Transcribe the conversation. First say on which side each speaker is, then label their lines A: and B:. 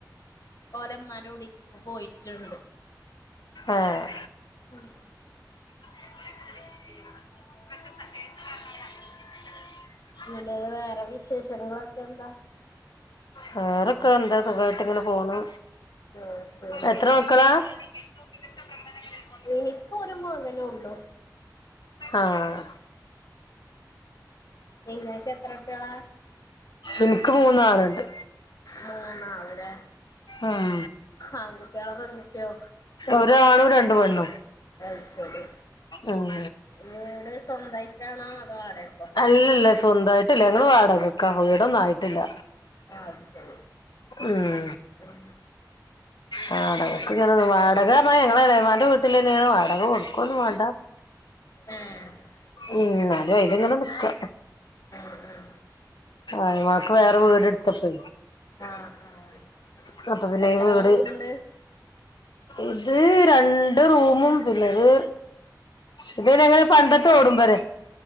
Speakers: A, on the left; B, on the left.
A: ഓലമാന്റെ കുടിക്ക് പോയിട്ടുണ്ട്
B: ആഹ്
A: ഉം
B: പി <inaudible> പ്രസത്ത കേ <unintelligible>
A: <unintelligible> വേറെ വിശേഷങ്ങളൊക്കെ എന്താ
B: വേറെക്കെ എന്ത്‌ സുഖായിട്ടിങ്ങനെ പോണ്
A: ആഹ് ശരി
B: എത്ര മക്കളാ ഏറ്റവും മികച്ച പ്രകടനങ്ങളിൽ.
A: ഇന്ക്കൊരു മകനൊള്ളു
B: ആഹ്
A: നിങ്ങക്ക് എത്ര കുട്ട്യോളാ
B: ഇൻക്ക് മൂന്നാള്ണ്ട്
A: മൂന്നാള്ല്ലെ
B: ഉം
A: ആൺകുട്ടികളോ പെൺകുട്ട്യോ,
B: ഒരാണും രണ്ട് പെണ്ണും
A: അത് ശരി.
B: ഉം
A: വീട് സ്വന്തായിട്ടാണോ അതോ വാടകക്കോ.
B: ഇല്ലില്ല സ്വന്തയിട്ടില്ല ഞങ്ങള് വാടകക്കാ വീടൊന്നായി ട്ടില്ല
A: അത് ശരി
B: ഉം
A: ഏഹ്
B: വാടകക്ക് ന്നറിഞ്ഞ വാടകന്ന് പറഞ്ഞാ ഞങളെ എളെമാന്റെ വീട്ടിലെന്നെണ് വാടക കൊട് ഒന്നും വേണ്ട
A: ഏഹ്
B: ഉം എന്നാലും അയിലിങ്ങനെ നിക്കാ
A: ഏഹ്
B: എളെമാക്ക് വേറെ
A: അങ്ങനെ
B: വീട് എടുത്തപ്പെ
A: ആഹ് ആഹ്
B: മൊത്തത്തിലീ
A: എത്ര
B: വീട്.
A: റൂമുണ്ട്
B: ഇത് രണ്ട് റൂമും പിന്നൊര് ഇത്പിന്നങ്ങനെ പണ്ടത്ത ഓടുമ്പെരെ